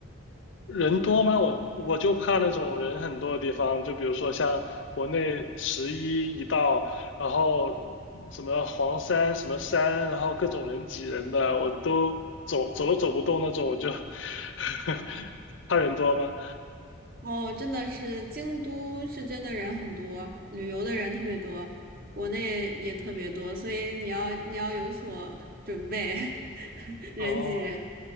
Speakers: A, on the left (about 70°); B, on the right (about 45°).
A: 人多吗？我我就怕那种人很多的地方，就比如说像国内十一一到，然后什么黄山什么山，然后各种人挤人的，我都走走都走不动那种，我就 <laughs> 怕人多吗？
B: 哦，真的是京都是真的人很多，旅游的人特别多，国内也特别多，所以你要你要有所准备，<laughs> 人挤人，
A: 哦，